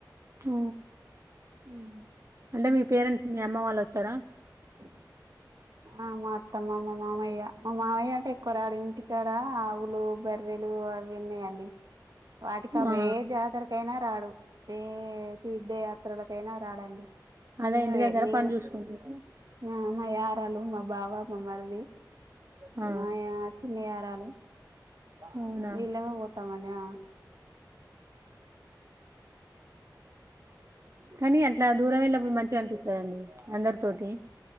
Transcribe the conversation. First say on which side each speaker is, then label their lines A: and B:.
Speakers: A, on the right (about 45°); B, on the right (about 60°).
A: ఆ
B: హుమ్
A: అంటే మీ పేరెంట్స్ మీ అమ్మ వాళ్ళు వత్తరా
B: ఆ ఆ మా అత్తమ్మ మా మామయ్య మా మామయ్య న్ టి కొరాడ ఇంటికాడ ఆవులు బర్రెలు అవి ఉన్నాయండి. వాటికి అవి
A: ఆ
B: ఏ జాతరకైనా రాడు ఏ తీర్థయాత్రలకైనా రాడండి <unintelligible>
A: అదే ఇంటి దగ్గర పని చూసుకుంటారు
B: ఆ మా యా వలు మా బావ మా మరిది
A: ఆ
B: మాయా చిన్నయారాలు
A: అవునా
B: వీళ్ళమే పోతామండి ఆ
A: కానీ అట్లా దూరం వెళ్ళినప్పుడు మంచిగా అనిపిత్ తదండి అందరి తోటి